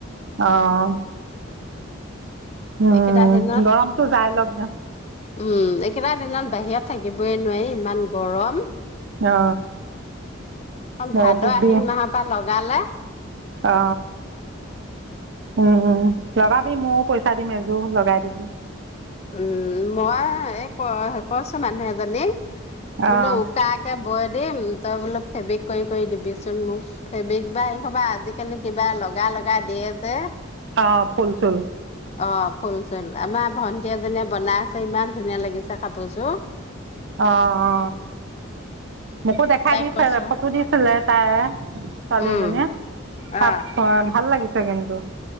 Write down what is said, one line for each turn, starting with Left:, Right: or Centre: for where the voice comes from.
Right: আহ উম
Left: এইকেইটা দিনত
Right: গৰমটো যাই লগ না
Left: উম এইকেইটা দিনত বাহিৰত থাকিবই নোৱাৰি ইমান গৰম।
Right: অ
Left: অ ভাদ
Right: এই ববি
Left: আহিন মাহৰ পৰা লগ গালা
Right: অ উম লগা মই পইচা দিম এযোৰ লগাই দিবি।
Left: উম মই এই ক কছো মানুহ এজনী বোলো
Right: অ',
Left: উকাকে বয় দিম তই বোলো ফেব্ৰিক কৰি কৰি দিবিচোন মোক ফেব্ৰিক বা এইসবা আজিকালি কিবা লগা লগা দিয়ে যে
Right: অ', ফুল চুল
Left: অ ফুল চুল আমাৰ অ'ন সেজনীয়ে বনাই আছে ইমান ধুনীয়া লাগিছে কাপোৰযোৰ
Right: অ অ মোকো দেখাই
Left: তাইক
Right: দিছে
Left: কৈছো
Right: ফটো দিছিলে তাই ছোৱালী
Left: উম
Right: এজনীয়ে তাপ
Left: অ
Right: উম ভাল লাগিছে কিন্তু